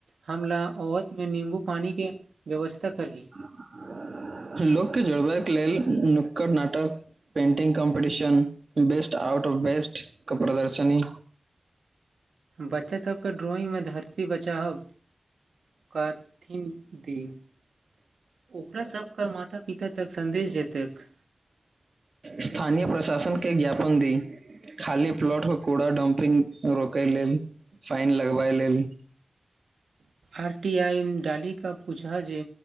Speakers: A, on the right; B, on the right.
A: हम ल औवत मे नीम्बू पानी के व्यवस्था करी
B: लोक के जोड़बैक लेल नुक्कड़ नाटक painting competition best out of best क प्रदर्शन
A: बच्चा सबके ड्रॉइंग मे धरती बचाहब <unintelligible> ओकरा सबके माता इ त तक सन्देश जतक
B: स्थानीय प्रशासन के ज्ञापन दी खाली प्लॉट के कूड़ा डम्पिंग रोकै लेल फाइन लगबाइ लेल
A: आर टी आई डाली क पूछा जे